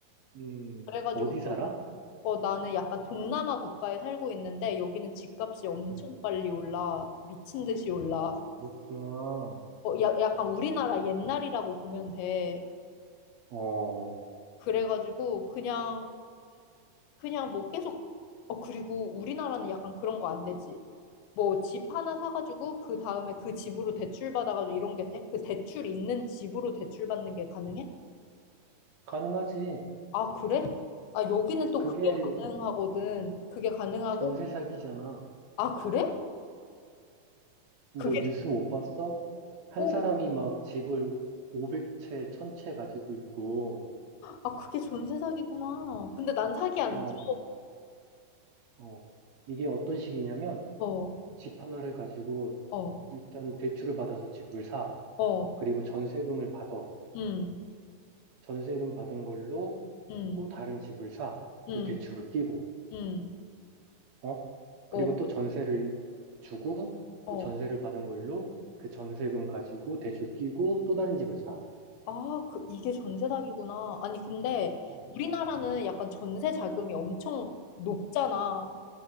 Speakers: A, on the right (about 90°); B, on the left (about 85°).
A: 음,
B: 그래가지고
A: 어디 살아?
B: 어, 나는 약간 동남아 국가에 살고 있는데 여기는 집값이 엄청
A: 음,
B: 빨리 올라. 미친 듯이 올라.
A: 아, 그렇구나.
B: 어, 야, 약간 우리나라 옛날이라고 보면 돼.
A: 어,
B: 그래가지고 그냥 그냥 뭐 계속 어 그리고 우리나라는 약간 그런 거 안 되지. 뭐 집 하나 사가지고 그 다음에 그 집으로 대출 받아가지고 이런 게 돼? 그 대출 있는 집으로 대출 받는 게 가능해?
A: 가능하지.
B: 아 그래? 아 여기는 또
A: 그게
B: 그게 가능하거든. 그게 가능하고
A: 전세 사기잖아.
B: 아 그래?
A: 너
B: 그게
A: 뉴스 못 봤어? 한
B: 가능하고
A: 사람이 막 집을 500채, 1000채 가지고 있고,
B: 아, 그게 전세 사기구나. 근데 난 사기 안
A: 어,
B: 줘.
A: 어. 이게 어떤 식이냐면,
B: 어,
A: 집 하나를 가지고
B: 어,
A: 일단 대출을 받아서 집을 사.
B: 어,
A: 그리고 전세금을 받아.
B: 음,
A: 전세금 받은 걸로
B: 음,
A: 또 다른 집을 사.
B: 음,
A: 또 대출을 끼고.
B: 음,
A: 어? 그리고
B: 어,
A: 또 전세를 주고
B: 어.
A: 또 전세를 받은 걸로 그 전세금 가지고 대출 끼고 또 다른 집을 사.
B: 아, 그, 이게 전세 사기구나. 아니, 근데
A: 어.
B: 우리나라는 약간 전세 자금이 엄청 높잖아.